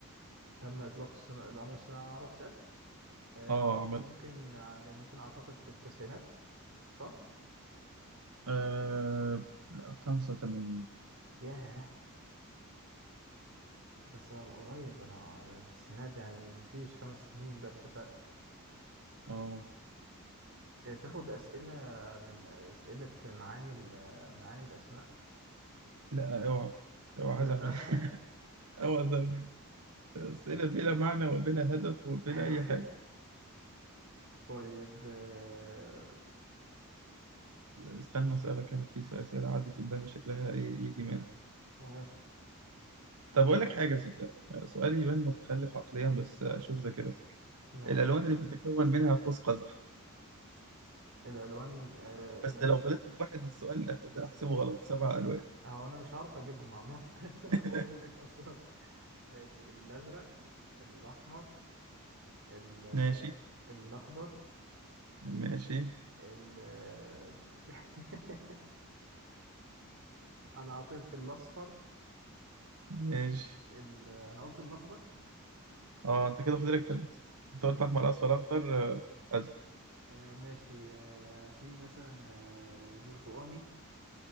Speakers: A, on the right (about 60°); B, on the right (about 85°).
A: تم اطلاق الصنا... القمر الصناعي على عرب سات آه
B: اه عمل
A: ممكن يعني ممكن اعتقد في التسعينات صح؟
B: آه، لا، في 85
A: ياه بس من قريب انا التسعينات يعني مفيش خمس سنين بس فرق
B: اه
A: آه، تاخد اسئله من اسئله معاني ال- معاني الاسماء
B: لا اوعى اوعى
A: لا
B: عايز اعمل <laughs> اوعى عايز أعمل. اسئله بلا معنى وبلا هدف وبلا
A: <laughs>
B: اي حاجه
A: طيب آه،
B: استنى اسالك انا في سؤال- اسئله عدت قدامي شكلها إيه يجي منها
A: ماشي
B: طب اقول لك حاجه صدقني سؤال يبان متخلف عقليا بس شوف ذاكرتك
A: ماشي
B: الالوان اللي بتتكون منها قوس قزح
A: الالوان آه،
B: بس
A: ماشي
B: لو غلطت في واحد من السؤال ده احسبه غلط سبع الوان
A: هو انا مش هعرف اجيبهم عامه <laughs> انا بقول
B: <laughs>
A: لك اصلا ماشي الازرق الاحمر ال-
B: ماشي
A: الاخضر
B: ماشي
A: ال <laughs> انا عطيت الاصفر
B: ماشي
A: ال... انا قلت الاخضر
B: اه انت كده فاضلك تلاتة انت
A: فاضل
B: قلت
A: لي
B: احمر اصفر اخضر آه، ازرق
A: آه ماشي آه في مثلا آه برتقاني